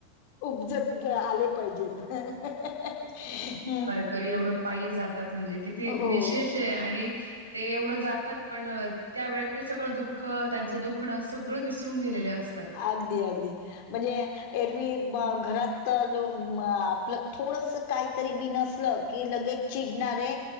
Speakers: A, on the left; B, on the right.
A: उपजत आले पाहिजेत <inaudible>
B: करी एवढ पायी जातात म्हणजे किती
A: हो.
B: विशेष आहे आणि- ते एवढ जातात पण त्या वेळेत ते सगळ दुःख त्यांच दुखण सगळ विसरून गेलेले असत.
A: अगदीं अगदीं म्हणजे एरव्ही घरांत लो आपलं थोडंसं कांहीतरी बिनसलं की लगेच चिडणारे